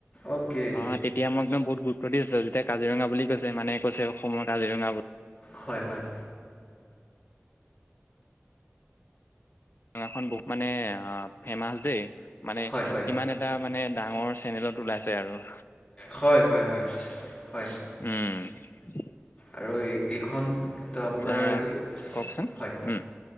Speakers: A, on the left; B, on the left.
A: অ'কে।
B: আহ তেতিয়া মই একদম বহুত গুৰুত্ব দিছো, যেতিয়া কাজিৰঙা বুলি কৈছে মানে কৈছে অসমৰ কাজিৰঙা বুলি।
A: হয়-হয়।
B: কাজিৰঙা খন বহুত মানে ফেৰ্মাচ দেই। মানে
A: হয় হয়
B: ইমান এটা মানে ডাঙৰ চেনেলত ওলাইছে আৰু।
A: হয়-হয়-হয়-উম'-হয়।
B: উমঁ।
A: আৰু এই এইখন তো আপোনাৰ
B: আহ
A: এইটো,
B: কওকচোন
A: হয়।
B: উম